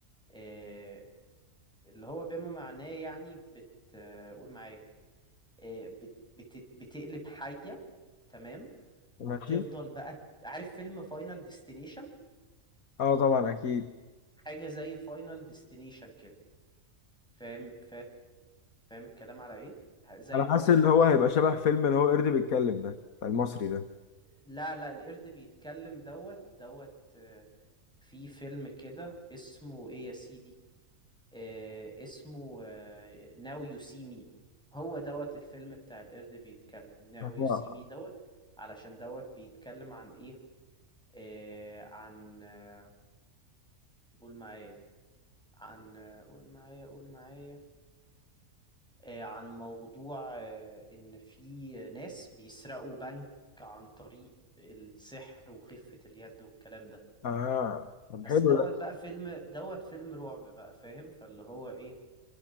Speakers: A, in the centre; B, on the left (about 85°).
A: آه، اللي هو بما معناه يعني بت آه، قول معايا آه، بت... بت... بتقلب حية تمام وبتفضل
B: ماشي
A: بقى ت- عارف فيلم فاينل ديستنيشن
B: اه طبعا اكيد
A: حاجة زي فاينل ديستنيشن كده فاهم فاهم فاهم الكلام على ايه ح- زي
B: انا
A: فاينل
B: حاسس ان هو
A: ديست...
B: هيبقى شبه فيلم اللي هو قرد بيتكلم ده بتاع المصري ده
A: لا لا القرد بيتكلم دوت دوت آه، في فيلم كده اسمه ايه يا سيدي آه، اسمه ناو يو سي مي هو دوت الفيلم بتاع القرد بيتكلم ناو
B: اه
A: يو سي مي دوت علشان دوت بيتكلم عن ايه آه، عن آه، قول معايا عن آه، قول معايا قول معايا آه، عن موضوع آه، ان في ناس بيسرقوا بنك عن طريق السحر وخفة اليد والكلام ده
B: آه. طب
A: بس
B: حلو
A: دوت
B: ده
A: بقى فيلم دوت فيلم رعب بقى فاهم فاللي هو ايه